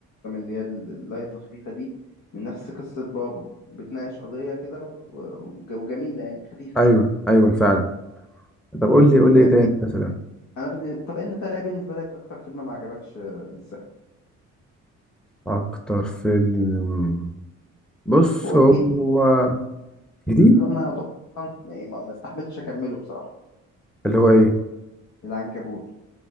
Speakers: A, on the left (about 70°); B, in the centre.
A: الافلام اللي هي ال- اللايت الخفيفة دي من نفس قصة بابو بتناقش قضية كده و- وج- وجميلة يعني خفيفة
B: ايوه ايوه فعلا طب قول لي قول لي
A: آه،
B: ايه تاني مثلا
A: انا بالن... طب انت ايه بالنسبة لك اكتر فيلم ما عجبكش آه، لسه
B: اكتر فيلم بص
A: هو
B: هو
A: جديد
B: جديد
A: نزله انا يعتبر أصلاً ما ما استحملتش اكمله بصراحة
B: اللي هو ايه
A: العنكبوت